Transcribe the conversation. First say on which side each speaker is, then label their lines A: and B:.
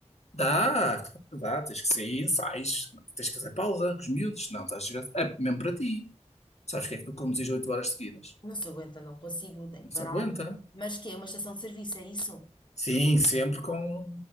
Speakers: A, on the left; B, on the left.
A: Dá, claro que dá. Tens que sair, sais. Tens que fazer pausa com os miúdos. Não, estás a chegar... É mesmo para ti. Sabes que é que tu conduzis 8 horas seguidas?
B: Não se aguenta, não consigo, tenho
A: Não
B: que
A: se
B: parar.
A: aguenta.
B: Mas que é uma estação de serviço, é isso?
A: Sim, sempre com.